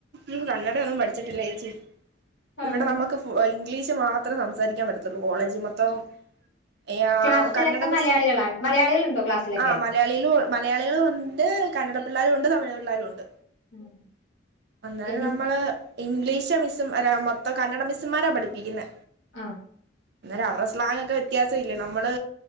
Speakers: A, on the right; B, on the left.
A: ഉം കന്നഡാ ഒന്നും പഠിച്ചിട്ടില്ലാ ചേച്ചി
B: ആഹ്
A: ഇവടെ നമ്മാ ഞങ്ങക്ക് ഫു ഇംഗ്ലീഷ് മാത്രം സംസാരിക്കൻ പാറ്റത്തൊള്ളൂ കോളേജി മൊത്ത ത്തേം യെ ആഹ്
B: ക്ലാസ്സിലൊക്കെ
A: കന്നാട <unintelligible>
B: മലയാളികളാണ് മലയാളികളുണ്ടോ ക്ലാസ്സിലൊക്കെ
A: ആഹ് മ മലയാളികള് മലയാളികളോണ്ട് കന്നാടാ പിള്ളേരും ഒണ്ട് തമിഴ് പിള്ളേരും ഒണ്ട്
B: ഉം
A: അന്നേരം
B: എനി
A: നമ്മള് ഇംഗ്ലീഷ് മിസ്സും അല്ലാ മൊത്തം കന്നഡാ മിസ്സ്മാരാ പഠിപ്പിക്ക്ന്നേ
B: ആഹ്
A: അന്നേരം അവരടെ സ്ലാങ് ഒക്കെ വേത്യാസം ഇല്ലേ നമ്മള്